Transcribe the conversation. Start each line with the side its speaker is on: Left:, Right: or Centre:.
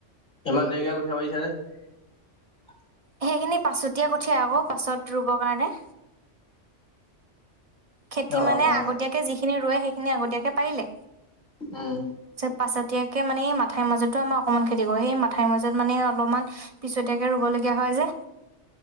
Left: ইমান দেৰিকে কঠিয়া পাৰিছা যে?
Right: সেইখিনি পাছতি উঠিয় আকৌ পাছত ৰুবৰ কাৰণে। খেতি
Left: অ
Right: মানে
Left: অ
Right: আগতীয়াকে যিখিনি ৰোৱে সেই খিনি আগতীয়াকে পাৰিলে।
Left: উম।
Right: পাছতিয়াকে মানে মাথৰ মাজতো আমাৰ অকণমান খেতি কৰো সেই মথাইৰ মাজত মানে অলপমান পিছতাকে ৰুব লগগীয়া হয় যে।